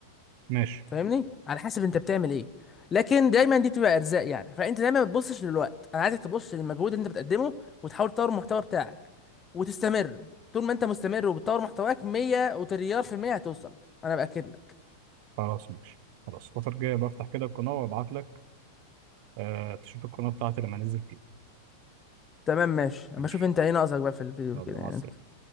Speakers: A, on the right; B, on the left.
A: ماشي
B: فاهمني على حسب انت بتعمل ايه لكن دايما دي بتبقى ارزاق يعني فانت دايما ما بتبصش للوقت انا عايزك تبص للمجهود اللي انت بتقدمه وتحاول تطور المحتوى بتاعك وتستمر طول ما انت مستمر وبتطور محتواك 100 وتريار في المية هتوصل انا باكد لك
A: خلاص ماشي خلاص الفتره الجايه بفتح كده القناه وابعت لك أه تشوف القناه بتاعتي لما انزل فيها
B: تمام ماشي
A: ماشي
B: اما اشوف انت ايه ناقصك بقى في الفيديو
A: يلا
B: كده
A: مع
B: يعني
A: السلامه
B: انت